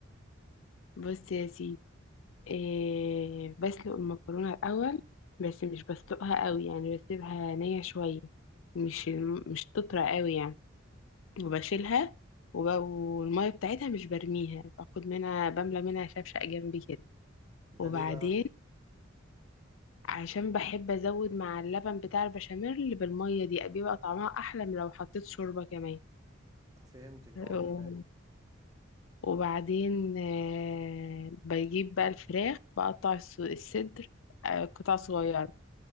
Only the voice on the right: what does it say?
ده
ليه بقى
فهمتك
اه تمام